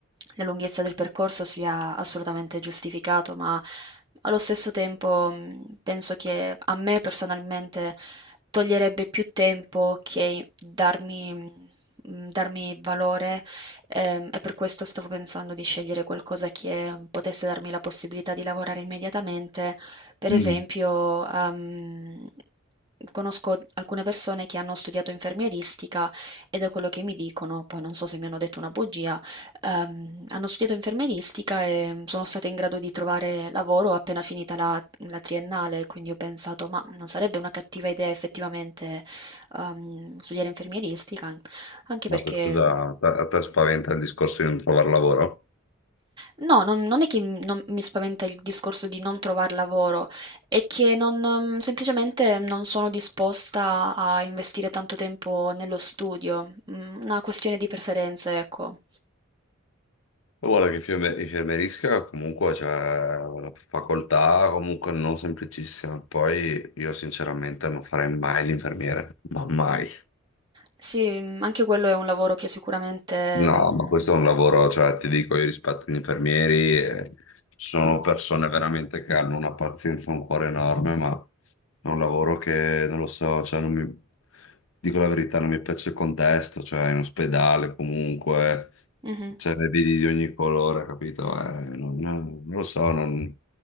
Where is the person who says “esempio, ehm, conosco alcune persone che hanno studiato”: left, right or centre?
Right